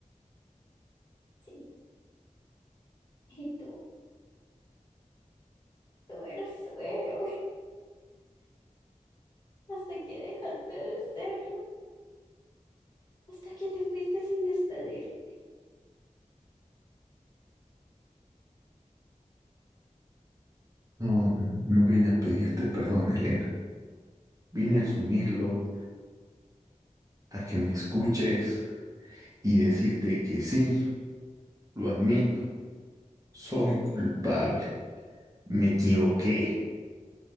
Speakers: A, on the left; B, on the right.
A: Sí. Y tú, tú eras su héroe. <laughs> Hasta que dejaste de serlo. Hasta que te fuiste sin despedirte.
B: No, no vine a pedirte perdón, Elena. Vine a asumirlo, a que me escuches y decirte que sí, lo admito. Soy culpable. Me equivoqué.